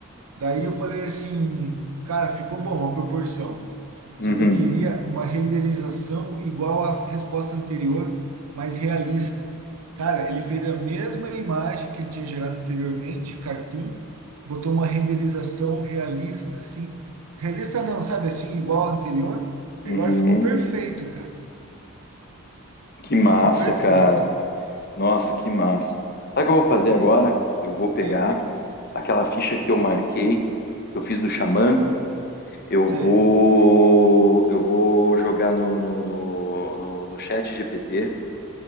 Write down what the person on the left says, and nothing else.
Uhum,
uhum.
Que massa,
cara. Nossa, que massa. Sabe o que eu vou fazer agora? Eu vou pegar
aquela ficha que eu marquei, que eu fiz do xamã, Eu
vou, eu vou jogar no, no, no, no, no chat GPT